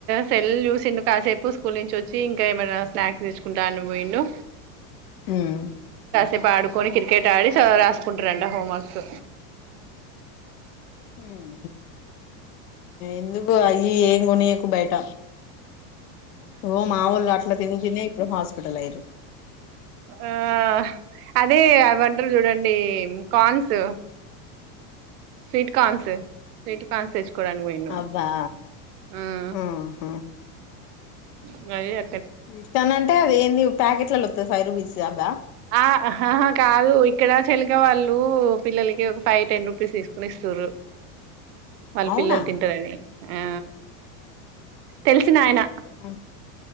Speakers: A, on the right; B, on the left.
A: సెల్ చూసిండు, కాసేపు స్కూల్ నుంచి వచ్చి, ఇంకా ఏమైనా స్నాక్స్ తెచ్చుకుంటా అను పోయిండు.
B: ఉహ్
A: రేపు ఆడుకొని క్రికెట్ ఆడి రాసుకుంటారంట హోమ్వర్క్స్
B: హ్మ్ ఎందుక్ నువ్వు అయ్యి ఇయ్యి ఏం కొనీయకు బయట వో మా వోళ్ళు అట్లా తిని తిని ఇప్పుడు హాస్పిటల్ అయిరు
A: ఆ అదే అవ్ టారు చూడండి కాన్స్ స్వీట్ కార్న్స్ స్వీట్ కార్న్స్ తెచ్చుకోడానికి పోయిండు
B: అబ్బా
A: హ్మ్
B: ఆహా
A: ఇగ అయ్యే
B: తీడతానంటే అదేంది ప్యాకెట్లలో వత్తవి ఫైవ్ రూపీస్ వి అవ్వ
A: ఆహా అహా కాదు ఇక్కడ చెలిగవాళ్ళు పిల్లల ఇ ఒక ఫైవ్ టెన్ రూపీస్ తీసుకుని ఇస్తారు వాళ్ళ
B: అవునా
A: పిల్లలు తింటారని ఆ తెలిసిన ఆయన
B: హ్మ్